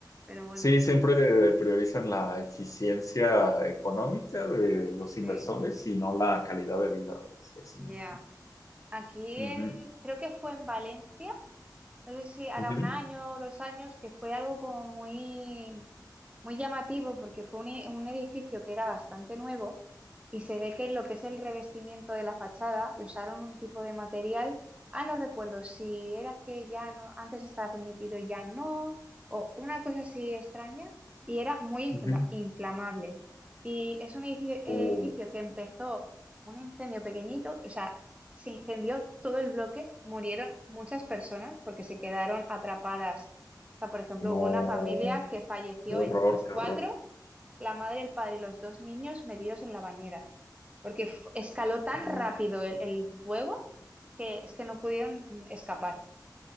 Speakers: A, on the right (about 15°); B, on the left (about 50°).
A: Pero bueno,
B: Sí, siempre priorizan la eficiencia económica de los
A: sí,
B: inversores y no la calidad de vida de los vecinos.
A: ya. Aquí
B: Ujú,
A: en, creo que fue en Valencia. no sé si hará
B: ujú,
A: un año, o dos años, que fue algo como muy, muy llamativo porque fue un, e- un edificio que era bastante nuevo y se ve que en lo que es el revestimiento de la fachada usaron un tipo de material. Ah, no recuerdo si era que ya no, antes estaba permitido, y ya no, o una cosa así extraña, y era muy
B: ujú.
A: infla- inflamable. Y es un edificio, edificio
B: Oh,
A: que empezó un incendio pequeñito, o sea, se incendió todo el bloque, murieron muchas personas porque se quedaron atrapadas. O sea, por ejemplo,
B: no,
A: hubo una familia que falleció
B: qué horror,
A: en los
B: qué
A: cuatro,
B: horror.
A: la madre, el padre y los dos niños metidos en la bañera, porque f- escaló tan
B: Oh,
A: rápido el, el fuego que es que no pudieron mm, escapar.